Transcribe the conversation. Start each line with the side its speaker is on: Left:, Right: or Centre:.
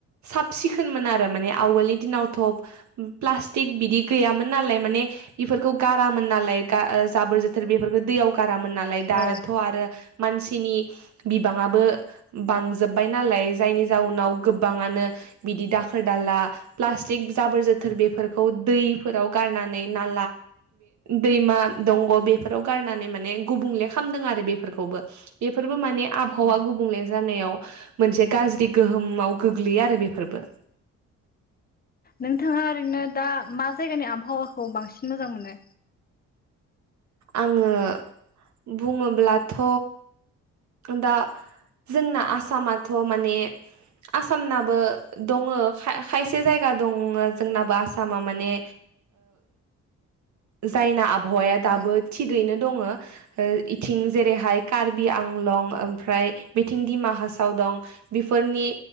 Right: साब सिखोनमोन आरो माने आवगोलनि दिनावथ' प्लास्टिक बिदि गैयामोन नालाय माने बेफोरखौ गारामोन नालाय जाबोर जोब बेफोरखौ दैयाव गारामोन नालाय दानाथ'
Left: औ
Right: आरो। मानसिनि बिबाङाबो बांजोब्बाय नालाय जायनि जाउनाव गोबाङानो बिदि दाखोर दाला प्लासटिक जाबोर जोथोर बेफोरखौ दैाव गारनानै ना दैमा दं बेफोराव गारनानै माने गुबुंले खालामदों आरो बेफोरखौबो बेफोरबो माने आबहावा
Left: औ
Right: गुबुंले जानायाव मोनसे गाज्रि गोहोमाव गोग्लैयो आरो बेफोरबो
Left: नोंथाङा ओरैनो दा मा जायगानि आबहावाखौ बांसिन मोजां मोनो
Right: आङो बुङोब्लाथ' दा जोंना आसामाथ' माने आसामनाबो दङ खायसे जायगा दङ जोंनाबो आसामा माने जायना आबहावाया दाबो
Left: औ
Right: थिगैनो दङ इथिं जेरैहाय कार्बि आंलं ओमफ्राय बेथिं दिमा हासाव दं बेफोरनि